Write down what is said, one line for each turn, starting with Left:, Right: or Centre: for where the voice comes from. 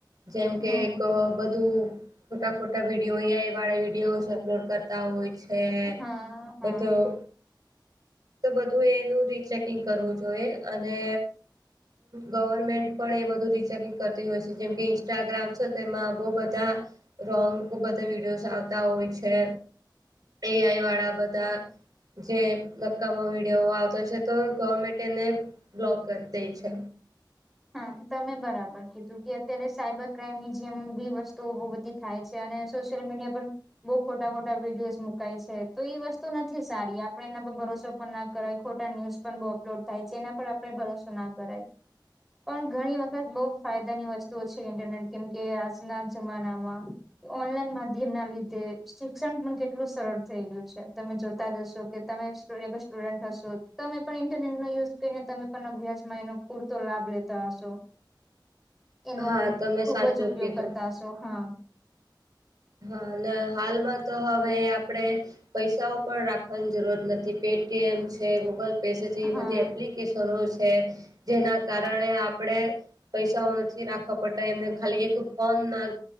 Right: જેમ કે
Centre: હમ
Right: એક બધું ખોટા ખોટા વિડીયો એઆઈ વાળા વિડીયો અપલોડ કરતા તા હોય છે
Centre: હા હા
Right: બધું તો બધું એનું રીચેકિંગ કરવું જોઈએ અને
Centre: <inaudible>
Right: ગવર્મેન્ટ પણ એ બધું રિચેકિંગ કરતી હોય છે જેમ કે ઇન્સ્ટાગ્રામ છે તેમાં બહુ બધા રોંગ બધા વિડીયોઝ આવતા હોય છે. એઆઈ વાળા બધા જે નક્કામાં વિડીયો આવતો છે તો ગવર્મેન્ટ એને બ્લોક કરી દે છે.
Centre: હા તમે બરાબર કીધું કે અત્યારે સાયબર ક્રાઈમ ની જેમ બી વસ્તુઓ બહુ બધી થાય છે અને સોશિયલ મીડિયા પણ બઉ ખોટા ખોટા વિડીયોસ મુકાય છે તો એ વસ્તુ નથી સારી આપણે એના પર ભરોસો પણ નથી કર ખોટા ન્યૂઝ પણ બહુ અપલોડ થાય છે એના પર આપડે ભરોસો ના કરાય પણ ઘણી વખત બહુ ફાયદાની વસ્તુઓ છે ઇન્ટરનેટ કેમ કે આજના જમાનામાં ઓનલાઈન માધ્યમ ના લીધે શિક્ષણ પણ કેટલું સરળ થઈ ગયું છે તમે જોતા જશો કે તમે સ્ટુડન્ટ હશો તમે પણ ઇન્ટરનેટ નો યુઝ કરીને તમે પણ અભ્યાસમાં એનો તો લાભ લેતા હશો એનો
Right: હા તમે
Centre: ખુબ
Right: સાચું
Centre: જ ઉપયોગ
Right: કીધું
Centre: કરતા હશો હા
Right: હા ને હાલ પણ તો હવે આપણે પૈસાઓ પણ રાખવાની જરૂરત નથી પેટીએમ છે ગૂગલ મેસેજ એવી
Centre: હા
Right: બધી એપ્લિકેશનો છે જેના કારણે આપણે પૈસાઓ નથી રાખવા પડતા એમને ખાલી એક ફોન ના